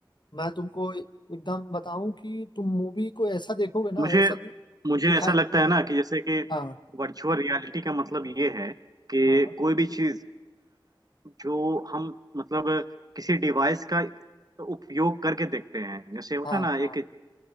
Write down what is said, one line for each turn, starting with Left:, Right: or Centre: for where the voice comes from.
Left: मैं तुमको एकदम बताऊं कि तुम मूवी को ऐसा देखोगे ना
Right: मुझे
Left: ऐसा दि-
Right: मुझे
Left: दिखा
Right: ऐसा लगता है ना कि जैसे कि
Left: हाँ
Right: वर्चुअल रियलिटी का मतलब ये है कि
Left: हाँ
Right: कोई भी चीज जो हम मतलब किसी डिवाइस का उपयोग करके देखते हैं जैसे होता
Left: हाँ
Right: है ना एक
Left: हाँ